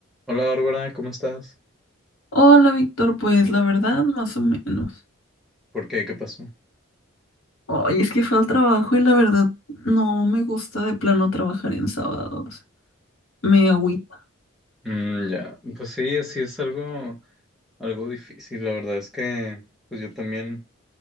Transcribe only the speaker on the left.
Hola, Víctor, pues la verdad, más o menos.
Ay, es que fue al trabajo y la verdad no me gusta de plano trabajar en sábados. Me agüita.